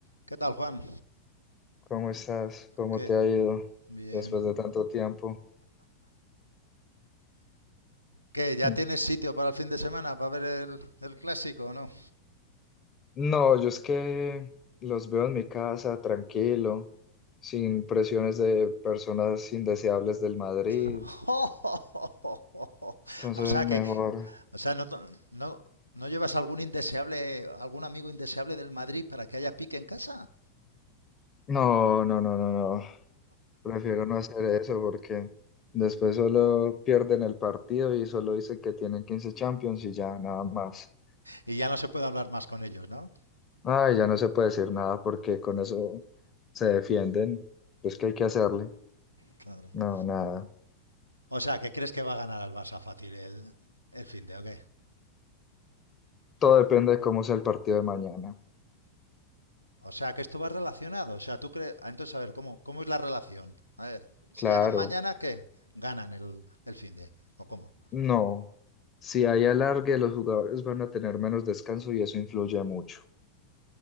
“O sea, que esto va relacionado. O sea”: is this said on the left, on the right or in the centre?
Right